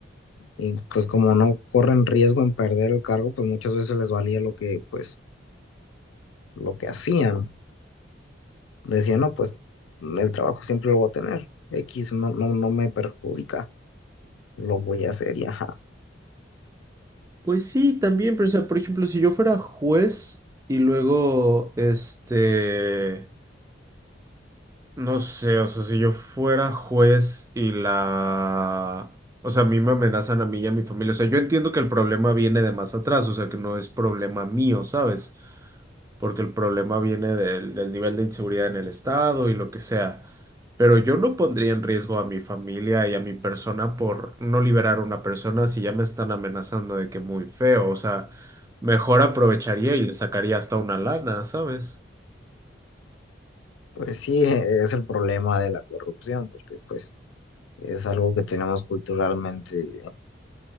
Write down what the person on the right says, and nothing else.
Pues sí, también, pero o sea, por ejemplo, si yo fuera juez y luego, este, no sé, o sea, si yo fuera juez y la, o sea, a mí me amenazan a mí y a mi familia, o sea, yo entiendo que el problema viene de más atrás, o sea, que no es problema mío, ¿sabes? porque el problema viene del, del nivel de inseguridad en el estado y lo que sea. Pero yo no pondría en riesgo a mi familia y a mi persona por no liberar a una persona si ya me están amenazando de que muy feo. O sea, mejor aprovecharía y le sacaría hasta una lana, ¿sabes?